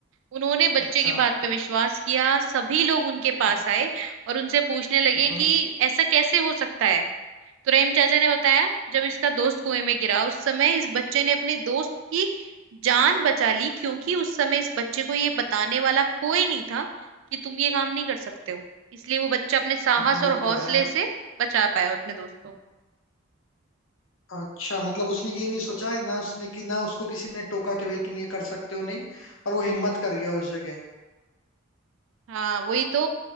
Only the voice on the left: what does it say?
अच्छा
हम्म
वो
तो
है
अच्छा मतलब उसने ये नहीं सोचा है, ना उसने कि ना उसको किसी ने टोका कि भाई तुम ये कर सकते हो नहीं और वो हिम्मत कर गया उस जगह